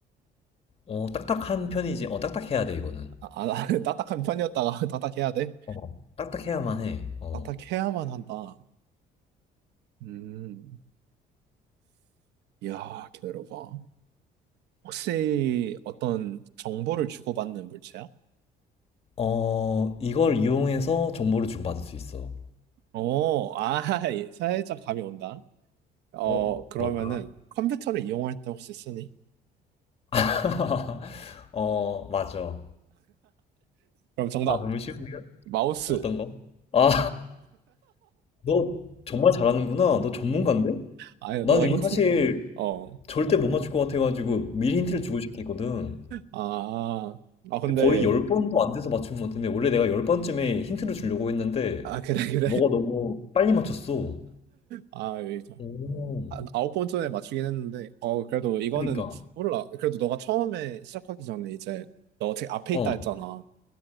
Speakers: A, on the left; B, on the right.
A: 어, 딱딱한 편이지. 어, 딱딱해야 돼, 이거는.
B: 아, 아 <laughs> 딱딱한 편이었다가 <laughs> 딱딱해야 돼?
A: 어. 딱딱해야만 해. 어.
B: 딱딱해야만 한다. 음. 이야 기다려봐. 혹시 어떤 정보를 주고받는 물체야?
A: 어, 이걸 이용해서 정보를 주고받을 수 있어.
B: 오, 아, <laughs> 예, 살짝 감이 온다. 어,
A: 어,
B: 그러면은
A: 뭘까?
B: 컴퓨터를 이용할 때 혹시 쓰니?
A: <laughs> 어, 맞아.
B: 그럼 정답,
A: 아, 너무 쉬운데요?
B: 마우스.
A: 어떤 거? 아, 너 정말 잘하는구나. 너 전문가인데?
B: 아니,
A: 난
B: 너가
A: 이거
B: 힌트?
A: 사실
B: 어,
A: 절대 못 맞출 것 같아가지고 미리 힌트를 주고 시작했거든.
B: 아, 아, 근데,
A: 근데 거의 10번도 안 돼서 맞춘 것 같은데 원래 내가 10번쯤에 힌트를 주려고 했는데
B: 아, <laughs> 그래, 그래.
A: 너가 너무 빨리 맞췄어.
B: 아, 여기 저-
A: 오,
B: 아, 아홉 번 전에 맞추긴 했는데, 어, 그래도 이거는,
A: 그니까.
B: 몰라. 그래도 너가 처음에 시작하기 전에 이제 너 되게 앞에
A: 어,
B: 있다 했잖아.